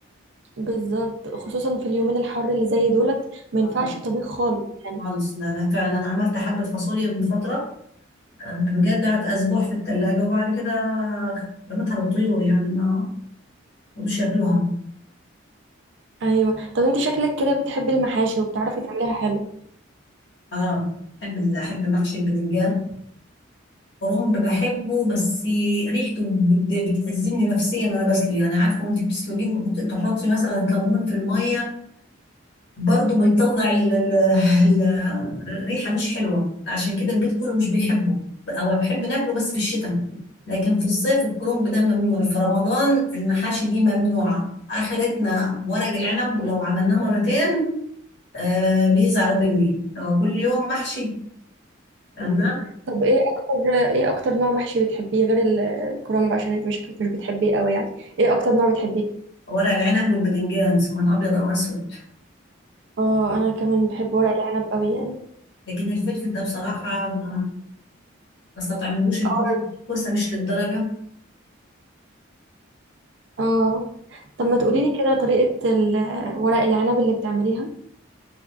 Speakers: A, on the right; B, on the left.
A: بالظبط خصوصا في اليومين الحر اللي زي دولت ما
B: آه،
A: ينفعش طبيخ خالص يعني
B: خالص لا لا فعلا أنا عملت حبة فاصوليا من فترة بجد قعدت أسبوع في التلاجة وبعد كده رميتها للطيور يعني ما رضوش ياكلوها
A: ايوه طب انت شكلك كده بتحبي المحاشي وبتعرفي تعمليها حلو
B: اه بحب ال- أحب محشي الباذنجان كرنب بحبه بس ريحته بت- بتأزمني نفسيا وأنا بسلق يعني عارفة وأنت بتسلقين ممكن تحطي مثلا كمون في المية برضه بيطلع ال- ال- ال- الريحة مش حلوة عشان كده البيت كله مش بيحبه أو بحب ناكله بس في الشتاء لكن في الصيف الكرنب ده ممنوع في رمضان المحاشي دي ممنوعة آخرتنا ورق العنب ولو عملناه مرتين آه بيزعلوا مني لو كل يوم محشي أما
A: طب ايه اكتر ايه اكتر نوع محشي بتحبيه غير الكرنب عشان انت شكلك مش بتحبيه قوي يعني ايه اكتر نوع بتحبيه
B: ورق العنب والباذنجان سواء أبيض أو أسود
A: اه انا كمان بحب ورق العنب قوي يعني
B: لكن الفلفل ده بصراحة ما ما استطعملوش الكوسة
A: اه
B: مش للدرجة
A: اه طب ما تقولي لي كده طريقة ال- ورق العنب اللي بتعمليها